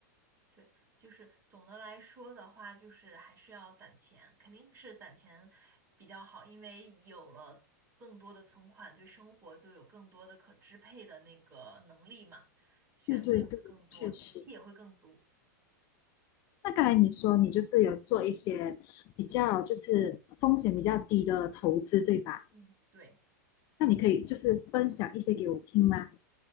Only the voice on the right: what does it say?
对，就是总的来说的话，就是还是要攒钱，肯定是攒钱比较好，因为有了更多的存款，对生活就有更多的可支配的那个能力嘛，选择也会更多，
底气也会更足。
嗯，对。